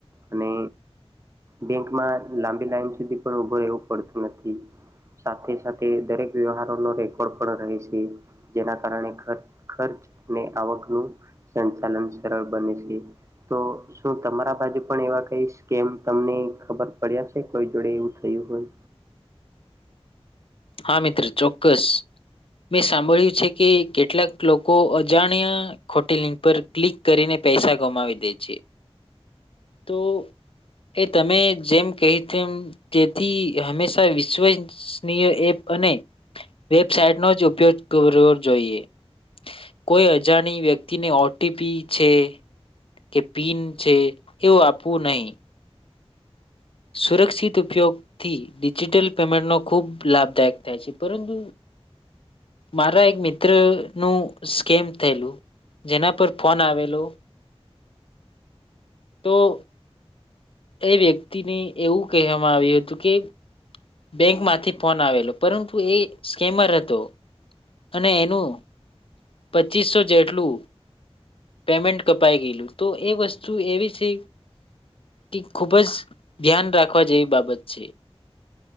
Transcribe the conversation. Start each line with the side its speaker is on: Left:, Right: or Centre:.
Right: અને બેંકમાં લાંબી લાઈન સુધી પણ ઉભા રહેવું પડતું નથી. સાથે સાથે દરેક વ્યવહારો નો રેકોર્ડ પણ રહે છે, જેના કારણે ખચૅ ખર્ચ ને આવક નુ સંચાલન સરળ બને છે. તો શું તમારા બાજુ પણ એવા કઈ સ્કેમ તમને ખબર પડ્યા છે? કોઈ જોડે એવું થયું હોય?
Left: હા, મિત્ર ચોક્કસ મેં સાંભળ્યું છે કે કેટલાક લોકો અજાણ્યા ખોટી લિંક પર ક્લિક કરીને પૈસા ગુમાવી દે છે. તો એ તમે જેમ કહી તેમ તેથી હંમેશા વિશ્વસનીય એપ અને વેબસાઇટ નો જ ઉપયોગ કરવો જોઈએ. કોઈ અજાણી વ્યક્તિને ઓટીપી છે. કે પીન છે એવું આપવું નહી. સુરક્ષિત ઉપયોગથી ડિજિટલ પેમેન્ટ ન ખૂબ લાભદાયક થાય છે. પરંતુ મારા એક મિત્ર નું સ્કેમ થયેલું, જેના પર ફોન આવેલો તો. એ વ્યક્તિને એવું કહેવામાં આવ્યું હતું કે બેંકમાંથી ફોન આવેલો, પરંતુ એ સ્કેમર હતો અને એનું પચીસસો જેટલું. પેમેન્ટ કપાઈ ગયેલું, તો એ વસ્તુ એવી છે કે ખુબ જ ધ્યાન રાખવા જેવી બાબત છે.